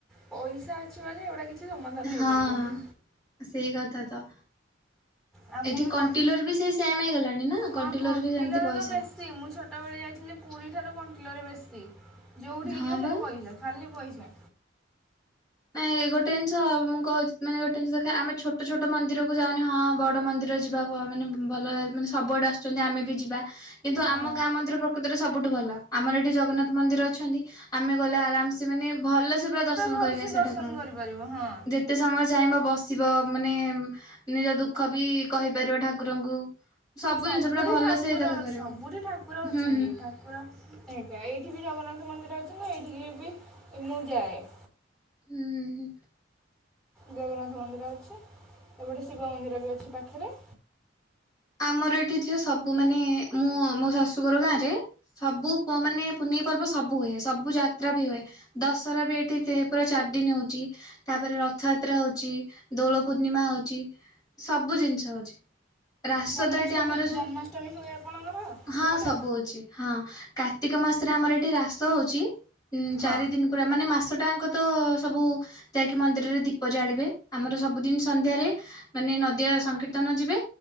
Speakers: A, in the centre; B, on the left.
A: ପଇସା ଅଛି ମାନେ ଏଗୁଡା କିଛି ସମାଧାନ
B: ହଁ
A: ହେଇପାରିବନି।
B: ସେଇ କଥା ତ।
A: ଆଉ
B: ଏଠି
A: ମୁଁ ବି
B: କଣ୍ଟିଲର
A: କଣ
B: ବି ସେ ସେମ ହେଇଗଲାଣି ନା
A: ହଁ
B: କଣ୍ଟିଲର
A: କଣ୍ଟିଲରେ
B: ବି ସେମିତି ପଇସା।
A: <unintelligible> ମୁଁ ଛୋଟବେଳେ ଯାଇଥିଲି ପୁରୀଠାରୁ କଣ୍ଟିଲୋ ରେ ବେଶୀ ଯେଉଁଠିକି
B: ହଁ
A: ଯିବ
B: ବା
A: ସେଇଠି ପଇସା। ଖାଲିି ପଇସା।
B: ନାଇଁ ଗୋଟେ ଜିନିଷ ମୁଁ କହୁଛି ମାନେ ଗୋଟେ ଜିନିଷ ଦେଖ ଆମେ ଛୋଟ ଛୋଟ ମନ୍ଦିରକୁ ଯାଉନି ହଁ ବଡ ମନ୍ଦିର ଯିବା ମାନେ ଭଲ ମାନେ ସବୁଆଡେ ଆସୁଛନ୍ତି ଆମେ ବି ଯିବା କିନ୍ତୁ ଆମ
A: ହଁ
B: ଗାଁ ମନ୍ଦିର ପ୍ରକୃତରେ ସବୁଠୁ ଭଲ, ଆମର ଏଠି ଜଗନ୍ନାଥ ମନ୍ଦିର ଅଛନ୍ତି ଆମେ ଗଲେ ଆରାମ୍ ସେ ମାନେ ଭଲସେ ପୁରା ଦର୍ଶନ
A: ଭଲସେ
B: କରିକି ଆସିଵା
A: ଦର୍ଶନ
B: ଠାକୁରଙ୍କୁ।
A: କରିପାରିବ ହଁ
B: ଯେତ ତେ ସମୟ ଚାହିଁବ ବସିବ ମାନେ ନିଜ ଦୁଃଖ ବି କହିପାରିବ ଠାକୁରଙ୍କୁ। ସବୁ
A: ସବୁରି
B: ଜିନିଷ ପୁରା ଭଲ
A: ଠାକୁର
B: ସେ ଏଇଟା କରିପାରିବ
A: ସବୁଠି ଠାକୁର
B: ହୁଁ
A: ଅଛନ୍ତି
B: ହୁଁ
A: ଠାକୁର ଆଜ୍ଞା ଏଇଠି ବି ଜଗନ୍ନାଥ ମନ୍ଦିର ଅଛନ୍ତି। ଏଇଠିକି ବି ମୁଁ ଯାଏ।
B: ହୁଁ।
A: ଜଗନ୍ନାଥ ମନ୍ଦିର ଅଛି, ଏଟି ଗୋଟେ ଶିବ ମନ୍ଦିର ଅଛି ପାଖରେ।
B: ଆମର ଏଠି ଝିଅ ସବୁ ମାନେ ମୁଁ ମୋ ଶାଶୁଘର ଗାଁ ରେ ସବୁ ପୁଅମାନେ ପୁନେଇ ପର୍ବ ସବୁ ହୁଏ ସବୁ ଯାତ୍ରା ବି ହୁଏ। ଦଶହରା ବି ଏଠି ସେ ପୁରା ଚାରି ଦିନି ହଉଚି। ତାପରେ ରଥଯାତ୍ରା ହଉଚି, ଦୋଳ ପୂର୍ଣ୍ଣିମା ହଉଚି ସବୁ ଜିନିଷ ହଉଚି। ରାସ
A: ଜନ୍ମାଷ୍ଟମୀ
B: ତ ଏଠି ଆମର ଯୋଉ,
A: ଜନ୍ମାଷ୍ଟମୀ ହୁଏ ଆପଣଙ୍କର
B: ହଁ
A: ସେପଟେ
B: ସବୁ ହଉଚି। ହଁ କାର୍ତ୍ତିକ ମାସରେ ଆମର ଏଠି ରାସ ହଉଚି, ଉଁ ଚାରି
A: ହଁ
B: ଦିନି ପୁରା ମାନେ ମାସଟାଅଙ୍କ ତ ସବୁ ଯାହାକି ମନ୍ଦିରରେ ଦୀପ ଜାଳିବେ ଆମର ସବୁଦିନି ସନ୍ଧ୍ୟାରେ। ମାନେ ନଦିଆ ସଂକୀର୍ତ୍ତନ ଯିବେ